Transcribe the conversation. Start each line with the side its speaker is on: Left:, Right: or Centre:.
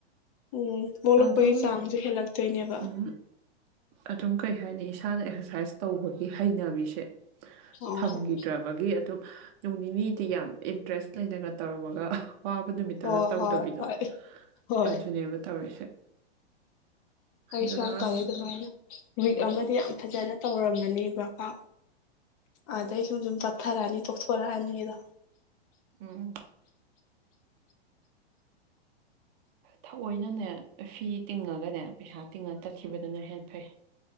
Left: ꯎꯝ ꯄꯣꯛꯂꯛꯄꯒꯤ
Right: ꯑꯗꯣ
Left: ꯆꯥꯡꯁꯦ ꯍꯦꯜꯂꯛꯇꯣꯏꯅꯦꯕ
Right: ꯎꯝ ꯑꯗꯨꯝ ꯀꯩ ꯍꯥꯏꯅꯤ ꯏꯁꯥꯅ ꯑꯦꯛꯁꯔꯁꯥꯏꯁ ꯇꯧꯕꯒꯤ ꯍꯩꯅꯕꯤꯁꯦ
Left: ꯑꯣ
Right: ꯊꯝꯈꯤꯗ꯭ꯔꯕꯒꯤ ꯑꯗꯨꯝ ꯅꯣꯡ ꯅꯤꯅꯤꯗꯤ ꯌꯥꯝ ꯏꯟꯇꯔꯦꯁ ꯂꯩꯅꯒ ꯇꯧꯔꯝꯃꯒ ꯑ ꯋꯥꯕ ꯅꯨꯃꯤꯠꯇꯅ
Left: ꯍꯣꯏ
Right: ꯇꯧꯗꯕꯤꯗꯣ
Left: ꯍꯣꯏ ꯍꯣꯏ ꯍꯣꯏ
Right: ꯑꯗꯨꯅꯦꯕ ꯇꯧꯔꯤꯁꯦ
Left: ꯑꯩꯁꯨ
Right: ꯑꯗꯨꯅ
Left: ꯌꯥꯝ ꯇꯧꯋꯤ
Right: ꯑꯁ
Left: ꯑꯗꯨꯃꯥꯏꯅ ꯋꯤꯛ
Right: ꯎꯝ
Left: ꯑꯃꯗꯤ ꯌꯥꯝ ꯐꯖꯅ ꯇꯧꯔꯝꯃꯤ ꯀꯅꯤꯕ ꯀ ꯑꯗꯒꯤ ꯇꯊꯔꯦꯅꯤ ꯇꯊꯔ ꯍꯥꯏꯅꯤꯗ
Right: ꯎꯝ ꯊꯑꯣꯏꯅꯅꯦ ꯐꯤ ꯇꯤꯡꯉꯒꯅꯦ ꯄꯩꯁꯥ ꯇꯤꯡꯉ ꯆꯠꯈꯤꯕꯗꯨꯅ ꯍꯦ ꯐꯩ